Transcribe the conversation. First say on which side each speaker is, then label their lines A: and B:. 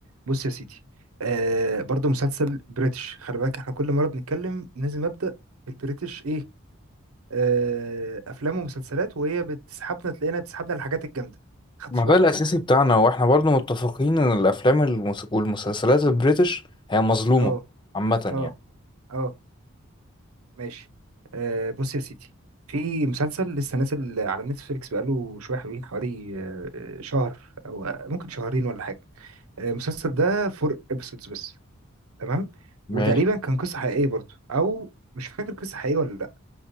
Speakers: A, on the right (about 85°); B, on the left (about 20°).
A: بص يا سيدي آه برضو مسلسل بريتش خلي بالك احنا كل مرة بنتكلم لازم أبدأ بالبريتش ايه آه أفلام ومسلسلات وهي بتسحبنا تلاقينا بتسحبنا الحاجات الجامدة خدتش
B: ما
A: بالك؟
B: ده الأساسي بتاعنا وإحنا برضه متفقين إن الأفلام المس- والمسلسلات البريتش هي مظلومة
A: اه
B: عامة يعني
A: اه اه ماشي آه بص يا سيدي في مسلسل لسه نازل على نتفليكس بقاله شوية حلوين حوالي آه آه، شهر أو آه، ممكن شهرين ولا حاجة آه، المسلسل ده فور ابيسودز بس تمام
B: ماشي
A: وتقريبا كان قصة حقيقية برضو أو مش فاكر قصة حقيقية ولا لأ